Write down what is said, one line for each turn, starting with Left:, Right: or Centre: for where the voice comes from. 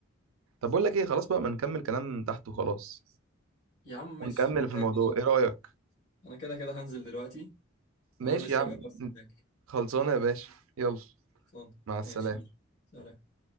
Right: طب بقول لك ايه خلاص بقى ما نكمل كلام تحت وخلاص
Left: يا عم ماشي
Right: ونكمل
Left: أنا كده
Right: في الموضوع
Left: كده
Right: ايه رايك
Left: أنا كده كده هنزل دلوقتي
Right: ماشي
Left: أقابل الشباب
Right: يا عم
Left: بس هناك
Right: خلصانه يا باشا يلا
Left: خلصان
Right: مع السلامه
Left: ماشي يلا. سلام